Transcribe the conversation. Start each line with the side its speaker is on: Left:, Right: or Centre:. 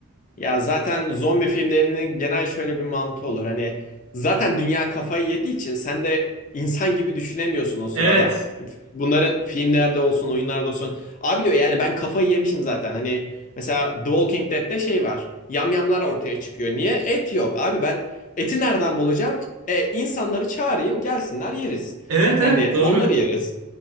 Left: Ya zaten zombi filmlerinin genel şöyle bir mantığı olur. Hani zaten dünya kafayı yediği için sen de insan gibi düşünemiyorsun o sırada.
Right: Evet.
Left: Bunların filmlerde olsun, oyunlarda olsun. Abi diyor yani ben kafayı yemişim zaten. Hani mesela The Walking Dead'te şey var. Yamyamlar ortaya çıkıyor. Niye? Et yok. Abi ben eti nereden bulacağım? E, insanları çağırayım, gelsinler yeriz.
Right: Evet
Left: Hani
Right: evet doğru.
Left: onları yeriz.